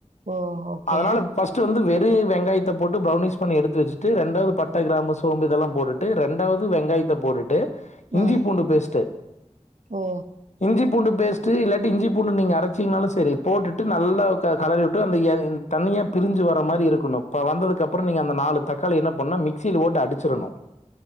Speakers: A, on the right (about 75°); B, on the left (about 70°).
A: ஓ ஓகே
B: அதனால ஃபர்ஸ்ட்டு வந்து வெறு வெங்காயத்த போட்டு பிரவுனிஷ் பண்ணி எடுத்து வச்சுட்டு ரெண்டாவது பட்ட கிராமு சோம்பு இதெல்லாம் போட்டுட்டு ரெண்டாவது வெங்காயத்த போட்டுட்டு இஞ்சி
A: ம்.
B: பூண்டு பேஸ்ட்டு
A: ஓ
B: இஞ்சி பூண்டு பேஸ்ட்டு இல்லாட்டி இஞ்சி பூண்டு நீங்க அரைச்சிங்னாலும் சரி போட்டுட்டு நல்லா க கலறிவிட்டு அந்த ய என் தண்ணிய பிரிஞ்சு வர மாரி இருக்கணும். ப வந்ததுக்கு அப்புறம் நீங்க அந்த நாலு தக்காளி என்ன பண்ணா மிக்சியில போட்டு அடிச்சிடணும்